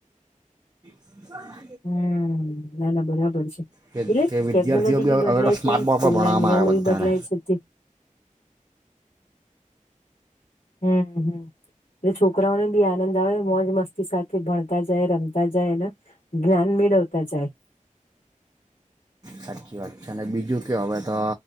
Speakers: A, on the right (about 30°); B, on the left (about 85°).
A: <inaudible>
B: હમ નાના બરાબર છે એટલે
A: કે કે
B: ટેકનોલોજી
A: વિદ્યાર્થીઓ
B: બી
A: હવે
B: બદલાય
A: હવે તો સ્માર્ટ
B: છે
A: બોર્ડ
B: સ્કૂલ
A: પર ભણાવવામાં
B: ના નિયમો
A: આવે
B: બી
A: બધાને
B: બદલાય છે હમ હમ એટ છોકરાઓને બી આનંદ આવે મોજ મસ્તી સાથે ભણતા જાય રમતા જાય અને જ્ઞાન મેળવતા જાય
A: સાચી વાત છે અને બીજું કે હવે તો